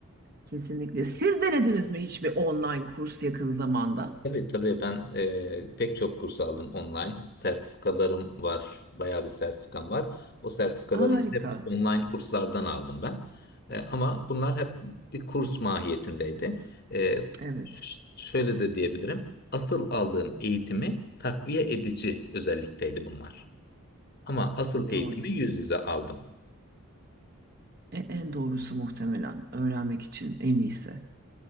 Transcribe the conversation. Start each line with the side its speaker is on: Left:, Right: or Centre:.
Right: Kesinlikle. Siz denediniz mi hiçbir online kurs yakın zamanda?
Left: Tabii tabii ben e, pek çok kurs aldım online. Sertifikalarım var. Bayağı bir sertifikam var. O sertifikalarımı
Right: Harika.
Left: hep online kurslardan aldım ben. E, ama bunlar hep bir kurs mahiyetindeydi. E,
Right: Evet,
Left: ş- şöyle de diyebilirim. Asıl aldığım eğitimi takviye edici özellikteydi bunlar. Ama asıl eğitimi
Right: doğru.
Left: yüz yüze aldım.
Right: E- en doğrusu muhtemelen öğrenmek için en iyisi.